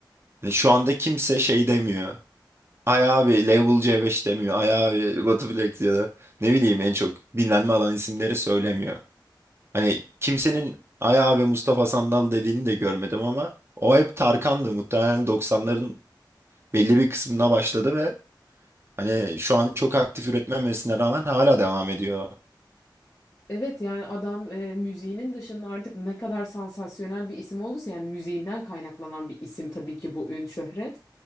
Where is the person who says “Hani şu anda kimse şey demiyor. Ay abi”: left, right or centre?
Right